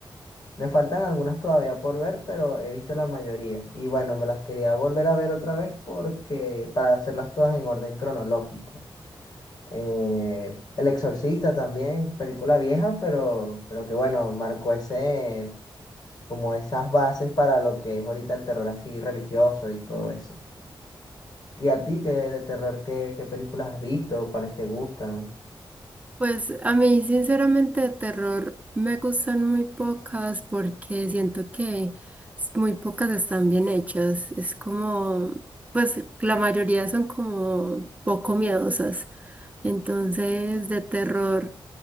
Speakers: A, on the left; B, on the right.
A: Me faltan algunas todavía por ver, pero he visto la mayoría. Y bueno, me las quería volver a ver otra vez porque para hacerlas todas en orden cronológico. Eh, El Exorcista también, película vieja, pero, pero que bueno, marcó ese como esas bases para lo que es ahorita el terror así religioso y todo eso. ¿Y a ti qué de terror, qué, qué películas has visto? ¿Cuáles te gustan?
B: Pues a mí, sinceramente, de terror me gustan muy pocas porque siento que s- muy pocas están bien hechas. Es como, pues la mayoría son como poco miedosas. Entonces, de terror.